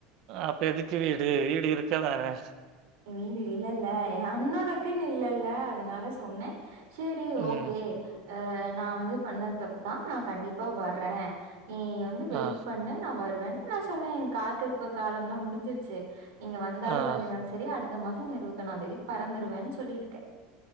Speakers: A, on the right; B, on the right.
A: அப்ப எதுக்கு வீடு வீடு இருக்கதானே
B: வீடு இல்லல்ல என் அண்ணணுக்குன்னு இல்லல்ல அதனால சொன்னே சேரி
A: ம்.
B: ஓகே அஹ் நா வந்து பண்ணது தப்புதான் நா கண்டிப்பா வர்றேன் நீ வந்து வெயிட்
A: ஆ,
B: பண்ணு நா வருவேன்னு நா சொன்னேன் என் காத்திருப்பு காலம் எல்லாம் முடிஞ்சிருச்சு நீங்க வந்தாலும்
A: ஆ.
B: வரலைனாலும் சரி அடுத்த மாசம் நான் இருபத்தி ஒண்ணாம் தேதி பறந்துடுவேன்னு சொல்லியிருக்கேன்